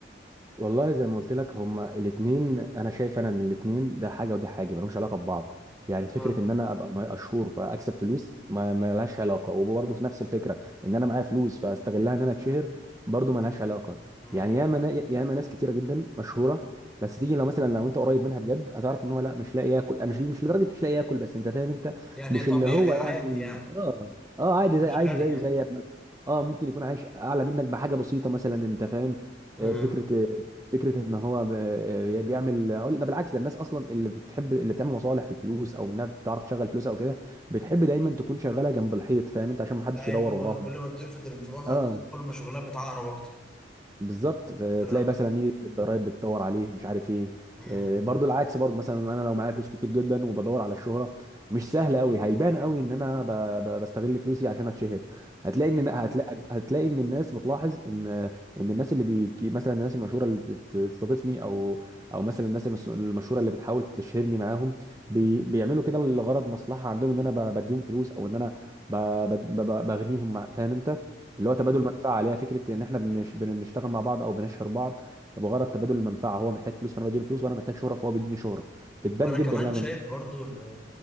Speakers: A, on the right (about 20°); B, in the centre.
A: والله زي ما قلت لك هما الاثنين انا شايف انا ان الاثنين ده حاجه ودي حاجه ملهمش علاقه ببعض يعني فكره
B: اه
A: ان انا ابقى مشهور فاكسب فلوس ما ما لهاش علاقه وبرضه في نفس الفكره ان انا معايا فلوس فاستغلها ان انا اتشهر برضه ما
B: مم.
A: لهاش علاقه
B: مم.
A: يعني ياما نا- ياما ناس كتيره جدا مشهوره بس تيجي لو مثلا لو انت قريب منها بجد هتعرف ان هو لا مش لاقي ياكل مش مش لدرجه مش لاقي ياكل بس انت فاهم انت
B: يعني
A: مش
B: طبيعي
A: اللي هو
B: عادي
A: يعني
B: يعني
A: اه اه عادي زي
B: مش
A: عايش
B: غالي
A: زيه
B: يعني
A: زيك مثلا اه ممكن يكون عايش اعلى منك بحاجه بسيطه مثلا انت فاهم
B: اه
A: آه، فكره فكره ان هو ب- آه، بيعمل أقول ده بالعكس ده الناس اصلا اللي بتحب اللي بتعمل مصالح في الفلوس او انها بتعرف تشغل فلوسها او كده بتحب دايما تكون شغاله جنب الحيط فاهم انت عشان ما حدش
B: ايوه
A: يدور وراهم
B: كل ما بتلفت الانتباه
A: اه
B: اكتر كل ما شغلها بتعقرب اكتر
A: بالظبط
B: اه
A: تلاقي مثلا ايه الضرايب بتدور عليه مش عارف ايه
B: امم
A: آه، برضو العكس برضو مثلا انا لو معايا فلوس كتير جدا وبدور على الشهره مش سهل قوي هيبان قوي ان انا ب... ب... بستغل فلوسي عشان اتشهر هتلاقي ان هتلاقي هتلاقي ان الناس بتلاحظ ان ان الناس اللي بي... مثلا الناس المشهوره اللي بتستضيفني او او مثلا الناس المس- المشهوره اللي بتحاول تشهرني معاهم بي...
B: اه
A: بيعملوا كده لغرض مصلحه عندهم ان انا ب... بديهم فلوس او ان انا ب... ب... ب... بغنيهم مع... فاهم انت اللي هو تبادل منفعه عليها فكره ان احنا بنش... بن- بنشتغل مع بعض او بنشهر بعض بغرض تبادل المنفعه هو محتاج فلوس فانا بديله فلوس وانا محتاج شهره فهو بيديني شهره بتبان
B: وانا
A: جدا
B: كمان
A: يعني
B: شايف برضو ان